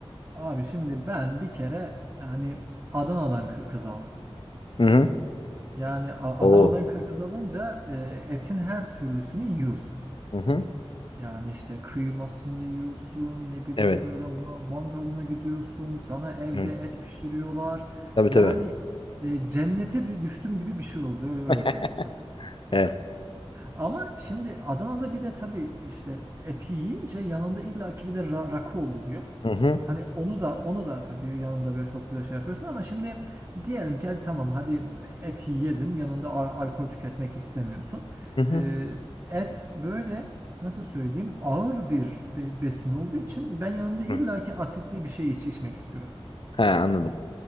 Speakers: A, on the right (about 25°); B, on the left (about 55°).
A: Abi şimdi ben bir kere hani Adana'dan kı- kız aldım.
B: Hı hı.
A: Yani A-
B: Oo.
A: Adana'dan kı- kız alınca e, etin her türlüsünü yiyorsun.
B: Hı hı.
A: Yani işte kıymasını yiyorsun, ne bileyim
B: Evet.
A: böyle ma- mangalına gidiyorsun, sana evde
B: Hı.
A: et pişiriyorlar.
B: Tabii
A: Yani
B: tabii.
A: e, cennete dü- düştüm gibi bir şey oldu, öyle öyle
B: <laughs>
A: söyleyeyim sana.
B: Evet.
A: Ama şimdi Adana'da bir de tabii işte eti yiyince yanında illaki bir de ra rakı oluyor.
B: Hı hı.
A: Hani onu da onu da tabii yanında böyle çok güzel şey yapıyorsun ama şimdi diyelim ki hadi tamam hadi eti yedin yanında al- alkol tüketmek istemiyorsun.
B: Hı hı.
A: Ee, et böyle nasıl söyleyeyim ağır bir be- besin olduğu için ben yanında illaki
B: Hı.
A: asitli bir şey iç içmek istiyorum.
B: He, anladım.